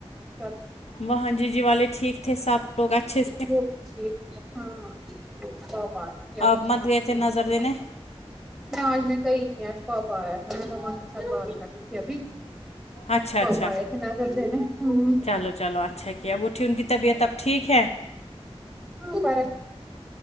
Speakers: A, in the centre; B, on the left.
A: سب
B: وہاں جی جی والے ٹھیک تھے سب لوگ اچھے سے
A: وہ بھی ٹھیک بہت اچھی ہے ہاں آ
B: آپ
A: یہاں
B: مت گئے
A: پہ
B: تھے
A: <unintelligible>
B: نظر دینے
A: تو میں آج میں کئی نہیں آج پاپا آیا تھا میں مما کے ساتھ بات کر رہی تھی ابھی
B: اچھا
A: پاپا
B: اچھا
A: آئے تھے نظر دینے ہوں
B: چلو چلو اچھا کیا وہ تھی ان کی طبیعت اب ٹھیک ہے
A: ہاں پر